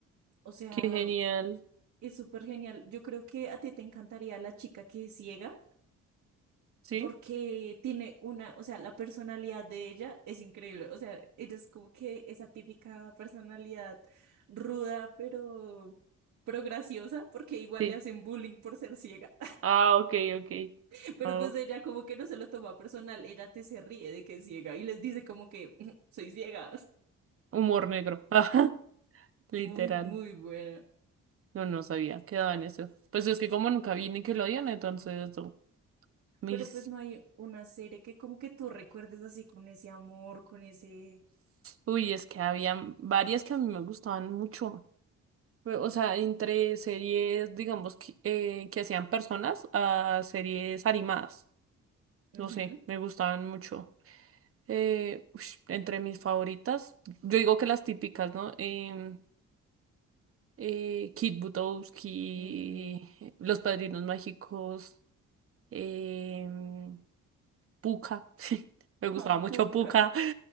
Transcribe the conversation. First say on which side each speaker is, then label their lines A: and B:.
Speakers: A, on the right; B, on the right.
A: O sea,
B: Qué genial.
A: es súper genial. Yo creo que a ti te encantaría la chica que es ciega.
B: ¿Sí?
A: porque tiene una, o sea, la personalidad de ella es increíble, o sea, ella es como que esa típica personalidad ruda, pero, pero graciosa, porque igual
B: Sí.
A: le hacen bullying por ser ciega,
B: Ah, ok, ok.
A: <laughs> pero
B: Ah,
A: pues ella como que no se lo toma personal, ella te se ríe de que es ciega y les dice como que <laughs> soy ciega,
B: humor negro. <laughs> Ajá, literal.
A: muy, muy buena.
B: No, no sabía. Quedaba en eso. Pues es que como nunca vi Nickelodeon, entonces no, mis...
A: Pero pues no hay una serie que como que tú recuerdes así con ese amor, con ese...
B: Uy, es que había varias que a mí me gustaban mucho. O sea, entre series, digamos, que, eh, que hacían personas a series animadas.
A: Ujú.
B: No sé, me gustaban mucho. Eh, ush, entre mis favoritas, yo digo que las típicas, ¿no? Em, eh, Kit Butowski,
A: Mm.
B: Los Padrinos Mágicos, em, Pucca. <laughs> Me gustaba
A: <laughs>
B: mucho
A: Ah, puca.
B: Pucca.